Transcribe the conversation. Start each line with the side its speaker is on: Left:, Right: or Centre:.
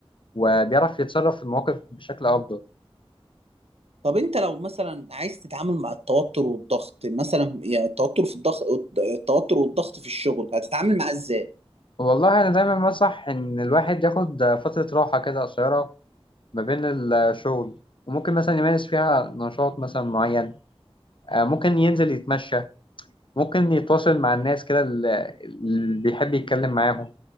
Left: وبيعرف يتصرف في المواقف بشكل أفضل
Right: طب انت لو مثلا عايز تتعامل مع التوتر والضغط مثلا يعني التوتر في الضغط التوتر والضغط في الشغل هتتعامل معاه ازاي
Left: والله أنا دايما بنصح إن الواحد ياخد آه، فترة راحة كده قصيرة ما بين الشغل وممكن مثلا يمارس فيها نشاط مثلا معين آه، ممكن ينزل يتمشى ممكن يتواصل مع الناس كده اللي اللي بيحب يتكلم معاهم